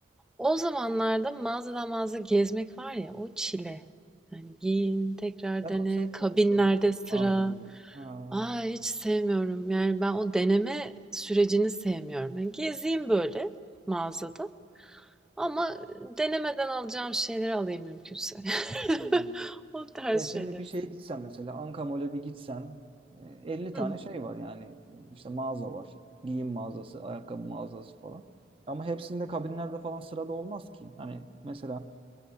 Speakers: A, in the centre; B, on the right.
A: O zamanlarda mağazadan mağaza gezmek var ya, o çile. Yani giyin, tekrar
B: Sen
A: dene,
B: onu sevmiyor
A: kabinlerde
B: musun?
A: sıra.
B: Mağazaları. Ha,
A: Aa hiç sevmiyorum. Yani ben o deneme sürecini sevmiyorum. Yani gezeyim böyle mağazada. Ama denemeden alacağım şeyleri alayım mümkünse. <laughs>
B: hı.
A: O tarz
B: Ya şimdi
A: şeyleri
B: bir şeye
A: seviyorum.
B: gitsen mesela Ankamol'e bir gitsen e, 50 tane
A: Hı.
B: şey var yani E, işte mağaza var. Giyim mağazası, ayakkabı mağazası falan. Ama hepsinde kabinlerde falan sırada olmaz ki. Hani mesela